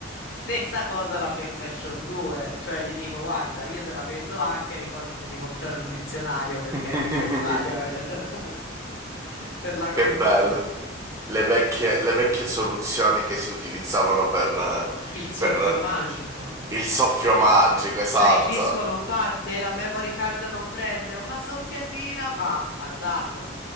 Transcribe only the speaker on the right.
<laughs>
Che bello. Le vecchie, le vecchie soluzioni che si utilizzavano per, eh,
per,
eh, il soffio magico, esatto.